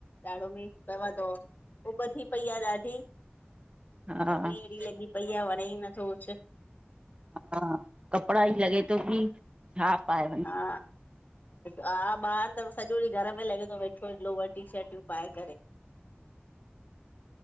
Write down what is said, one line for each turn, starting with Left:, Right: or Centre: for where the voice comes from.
Left: ॾाडो मीअ पयो आहे <unintelligible> उॿ थी वयी आहे ॾाडी।
Right: हा
Left: गर्मी
Right: हा
Left: अहिड़ी लॻी पई आहे वणे ई नथो कुछ।
Right: हा कपिड़ा ई तो ह छा पाए वञ
Left: हा हा ॿार त सॼो ॾींहुं घर में लॻे थो वेठो लोवर टीशर्टियूं पाए करे।
Right: <inaudible>